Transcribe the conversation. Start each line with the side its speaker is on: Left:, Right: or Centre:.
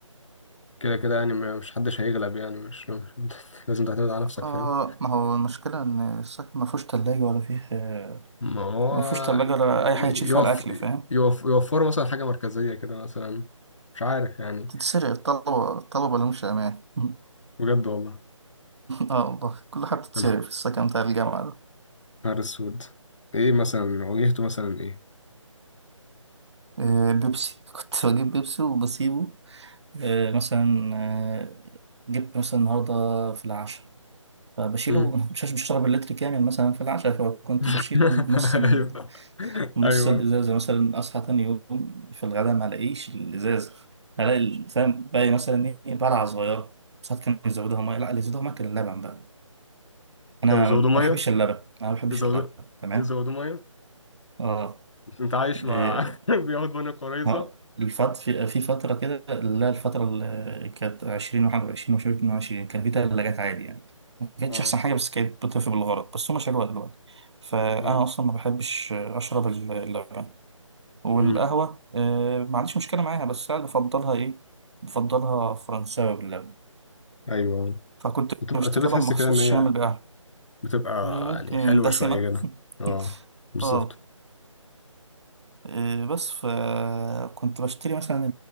Left: كده كده يعني ما- مش حدش هيغلب يعني مش مش- <laughs> لازم تعتمد على نفسك
Right: آه
Left: فاهم
Right: ما هو المشكلة إن السكن ما فيهوش تلاجة ولا فيه آه،
Left: ما هو
Right: ما فيهوش تلاجة ولا
Left: ي-
Right: أي حاجة تشيل
Left: يوف
Right: فيها الأكل فاهم
Left: يوف يوفروا مثلا حاجه مركزيه كده مثلا مش عارف يعني
Right: تتسرق الطلبة الطلبة اللي مش أمان <laughs>
Left: بجد والله
Right: آه والله كل حاجة بتتسرق
Left: انا
Right: في السكن بتاع الجامعة ده
Left: نهار اسود ايه مثلا واجهته مثلا ايه
Right: آه بيبسي <laughs> كنت بجيب بيبسي وبسيبه آه مثلا آه جبت مثلا النهاردة في العشاء فبشيله
Left: مم.
Right: <laughs> مش مش هشرب اللتر كامل مثلا في العشاء فكنت بشيل
Left: <laughs>
Right: نص ال...
Left: ايوه
Right: نص
Left: ايوه
Right: الازازه مثلا اصحى تاني يوم في الغداء ما الاقيش الازازه الاقي ال- فاهم باقي مثلا ايه بلعه صغيره ساعات كانوا يزودوها ميه لا اللي يزودوها ميه كان اللبن بقى انا
Left: يا زودوا
Right: ما
Left: ميه
Right: بحبش اللبن انا ما بحبش
Left: يزودوا
Right: اللبن تمام
Left: يزودوا ميه
Right: اه
Left: انت عايش مع
Right: آه،
Left: <laughs> بياخد ميه قريظه
Right: ها، الفت في في فترة كده لا الفترة اللي كانت 20 21 وشوية 22 كان في تلاجات عادي يعني ما كانتش
Left: اه
Right: أحسن حاجة بس كانت بتطفي بالغرض بس هما شالوها دلوقتي فأنا
Left: اه
Right: أصلا ما بحبش أشرب ال- اللبن والقهوة
Left: امم
Right: آه، ما عنديش مشكلة معاها بس أنا بفضلها إيه بفضلها فرنساوي باللبن
Left: ايوه
Right: فكنت
Left: بتبقى
Right: بشتري
Left: تبقى تحس
Right: لبن مخصوص
Left: كده ان هي
Right: عشان أعمل بقى
Left: بتبقى
Right: ممكن
Left: يعني حلوه
Right: دسمة
Left: شويه كده اه
Right: <laughs>
Left: بالظبط
Right: اه إيه بس فكنت بشتري مثلا